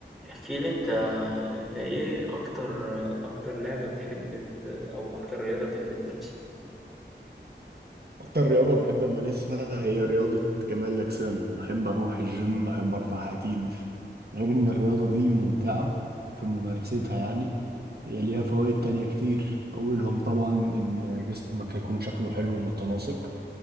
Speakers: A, in the centre; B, on the right.
A: احكي لي انت انت ايه اكتر اكتر لعبة بتحب ت... او اكتر رياضة بتحب تمارسها
B: أكتر رياضة بحب أمارسها هي رياضة كمال الأجسام بحب أروح الجيم بحب أرفع حديد غير إن الرياضة دي ممتعة في ممارستها يعني هي ليها فوائد تانية كتير أولهم طبعا إن جسمك هيكون شكله حلو ومتناسق